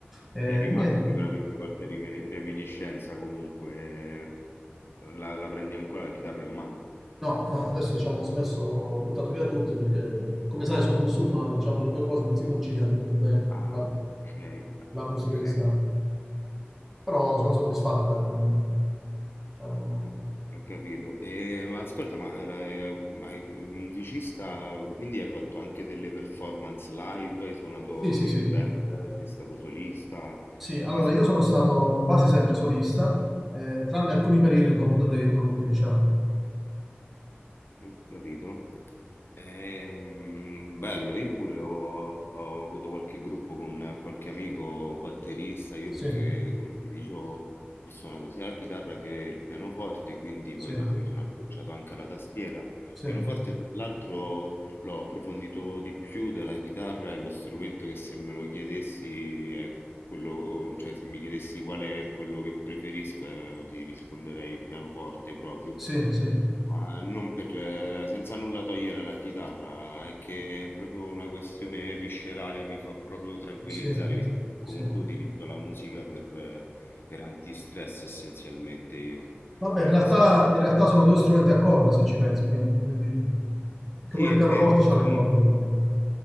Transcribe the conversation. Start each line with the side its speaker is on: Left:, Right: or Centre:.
Centre: Eh,
Left: Ti è rimasta
Centre: niente,
Left: sicuramente qualche rimene- reminiscenza comunque, eh, la, la prendi ancora la chitarra in mano.
Centre: no, no, adesso diciamo ho smesso, ho buttato via tutti perché, come sai, sono musulmano, diciamo, le due cose non si conciliano molto bene,
Left: Ah,
Centre: la,
Left: ok,
Centre: la musica
Left: ok,
Centre: e l'Islam. Però sono soddisfatto, ecco, non- diciamo...
Left: ho ho capito. E, ma ascolta, ma, la- eh, ma è musicista, quindi hai fatto anche delle performance live, hai suonato
Centre: Sì, sì,
Left: in
Centre: sì.
Left: band, sei stato solista,
Centre: Sì, allora
Left: come suonavi?
Centre: io sono stato quasi sempre solista, eh, tranne alcuni periodi in cui ho avuto dei gruppi, diciamo.
Left: Ho capito. Ehm, bello, io pure ho, ho avuto qualche gruppo con qualche amico batterista, io
Centre: Sì,
Left: perché come ti dicevo ho suonato sia la chitarra che il pianoforte, quindi
Centre: sì,
Left: poi dopo mi sono approcciato anche alla tastiera. Il
Centre: sì,
Left: pianoforte tra l'altro l'ho approfondito di più della chitarra, è lo strumento che se me lo chiedessi è quello, oh, cioè, se mi chiedessi qual è quello che preferisco, eh, ti risponderei pianoforte proprio.
Centre: sì, sì,
Left: Ma non per, eh, senza nulla togliere alla chitarra, è che è proprio una questione viscerale, mi fa proprio tranquillizzare,
Centre: sì,
Left: visto che comunque
Centre: sì.
Left: utilizzo la musica per, eh, per antistress essenzialmente io.
Centre: Vabbè,
Left: No,
Centre: in realtà,
Left: Non so.
Centre: in realtà sono due strumenti a corda, se ci pensi, quindi voglio dire, perché
Left: Sì,
Centre: pure
Left: è
Centre: il pianoforte
Left: vero,
Centre: ha le
Left: comunque
Centre: corde, quindi.
Left: sì,
Centre: A